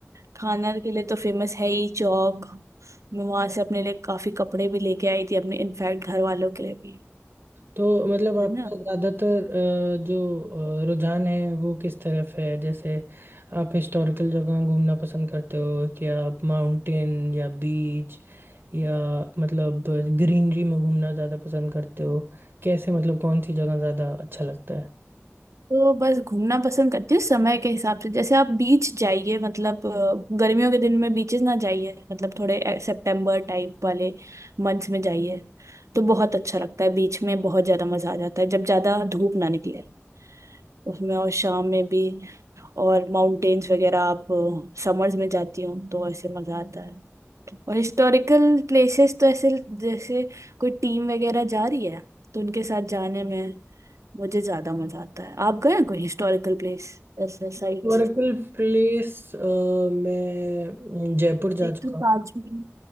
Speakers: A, on the right; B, on the right.
A: खाना के लिए तो फेमस है ही चौक मैं वहां से अपने लिए काफी कपड़े भी लेके आई थी अपने इनफैक्ट घर वालों के लिए भी
B: तो मतलब आपका
A: है
B: ज़्यादातर अ, जो अ, रुझान है वो किस तरफ है जैसे आप हिस्टोरिकल जगह घूमना पसंद करते हो कि आप माउंटेन या बीच या मतलब ग्रीनरी में घूमना ज़्यादा पसंद करते हो कैसे मतलब कौन सी जगह ज़्यादा अच्छा लगता है
A: तो बस घूमना पसंद करती हूँ समय के हिसाब से जैसे आप बीच जाइए मतलब अ, गर्मियों के दिन में बीचेस ना जाइए मतलब थोड़े सितंबर टाइप वाले मंथ्स में जाइए तो बहुत अच्छा लगता है बीच में बहुत ज्यादा मजा आ जाता है जब ज्यादा धूप ना निकले उसमें और शाम में भी और माउंटेन्स वगैरह आप समर्स में जाती हो तो ऐसे मजा आता है और हिस्टोरिकल प्लेसेस तो ऐसे जैसे कोई टीम वगैरह जा रही है तो उनके साथ जाने में मुझे ज्यादा मजा आता है आप गए हैं कोई हिस्टोरिकल प्लेस ऐसे साइट्स
B: हिस्टोरिकल प्लेस मैं जयपुर जा
A: एक
B: चुका
A: तो
B: हूँ
A: ताजमहल